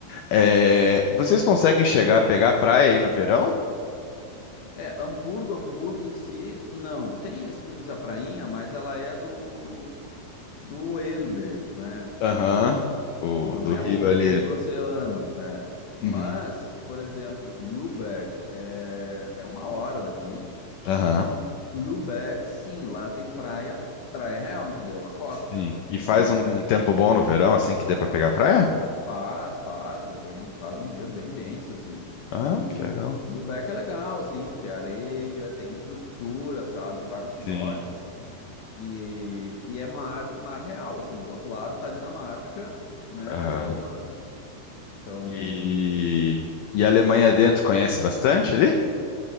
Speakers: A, on the left; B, on the left.
A: É,
B: Sim.
A: vocês conseguem chegar a pegar praia aí no verão?
B: É, Hamburgo, Hamburgo em si, não. Tem, assim como diz a prainha, mas ela é do, do Elbe, né?
A: Aham.
B: Que é o,
A: O
B: o não
A: do
B: é
A: Rio
B: o, o
A: ali.
B: pro, pro oceano, é. Mas,
A: Uhum.
B: por exemplo, Lübeck é, é uma hora daqui.
A: Aham.
B: E Lübeck, sim, lá tem praia, praia real, entendeu? A costa,
A: Sim.
B: assim,
A: E faz
B: ela é
A: um, um tempo bom no verão, assim que dê pra pegar praia?
B: Faz, faz, é bem, faz uns dias bem quentes, assim.
A: Ah,
B: E
A: que legal.
B: Lubeck é legal, assim, porque é areia, tem estrutura, sabe? Tem vários resorts
A: Sim.
B: ali. E, e é mar, mar real, assim. Do outro lado tá Dinamarca, né?
A: Aham.
B: Mas é o mar. Então,
A: E, e a Alemanha dentro conhece bastante ali?